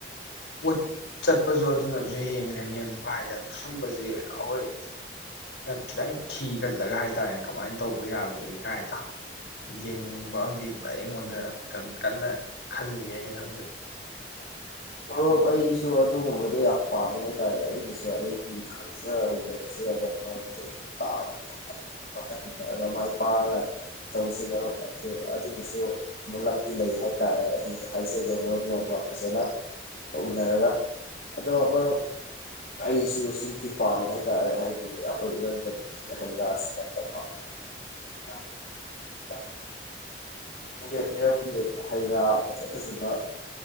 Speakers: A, on the left (about 80°); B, on the left (about 55°).
A: ꯄꯣꯠ ꯆꯠꯄꯁꯨ ꯑꯗꯨꯅꯁꯨ ꯍꯦꯟꯒꯅꯤ ꯑꯗꯨꯒ ꯍꯥꯏꯗ ꯁꯨꯝꯕꯁꯤ ꯑꯩꯈꯣꯏ ꯈꯤꯇꯪ ꯊꯤꯒꯠꯂꯒ ꯍꯥꯏꯇꯥꯥꯔꯦꯅꯦ ꯀꯃꯥꯏꯅ ꯇꯧꯕ ꯌꯥꯕꯒꯦ ꯀꯥꯏꯗꯣ ꯌꯦꯡꯅꯤꯡꯕ ꯑꯃꯗꯤ ꯑꯩꯉꯣꯟꯗ ꯀꯟꯅ ꯈꯜꯂꯤ ꯑꯩꯅ ꯍꯧꯖꯤꯛ
B: ꯃꯔꯨꯞ ꯑꯩꯁꯨ ꯑꯗꯨꯒꯨꯝꯕꯗꯣ ꯌꯥꯝ ꯄꯥꯝꯃꯦ ꯍꯥꯏ ꯇꯔꯦ ꯑꯩꯒꯤꯁꯨ ꯑꯩꯒꯤ ꯈꯪꯖꯥ ꯍꯩꯖꯕꯁꯦ ꯃꯔꯨꯞꯇ ꯇꯥꯛꯑꯒꯥ ꯍꯣꯠꯅꯃꯤꯟꯔꯒꯥ ꯃꯥꯏ ꯄꯥꯛꯑꯒ ꯇꯧꯁꯦ ꯃꯔꯨꯞ ꯑꯗꯨ ꯑꯗꯨꯒꯤꯁꯨ ꯂꯝꯕꯤ ꯂꯩ ꯍꯥꯏ ꯇꯔꯦ ꯑꯩꯒꯤ ꯍꯥꯏꯖꯒꯦ ꯃꯔꯨꯞ ꯅꯣꯡꯃ ꯐꯖꯅ ꯎꯅꯔꯒ ꯑꯗꯣ ꯃꯔꯨꯞ ꯑꯩꯁꯨ ꯁꯤꯗꯤ ꯄꯥꯝꯃꯦ ꯍꯥꯏꯇꯥꯥꯔꯦ ꯍꯥꯏꯗꯤ ꯑꯩꯈꯣꯏ ꯏꯔꯝꯗꯝꯒꯤ ꯍꯩ ꯔꯁꯤ ꯅꯠꯇꯕ ꯑ ꯑ ꯄꯀꯦꯠ ꯃꯤꯔꯝꯒꯤ ꯍꯩ ꯔꯥ ꯐꯖ ꯐꯖꯕ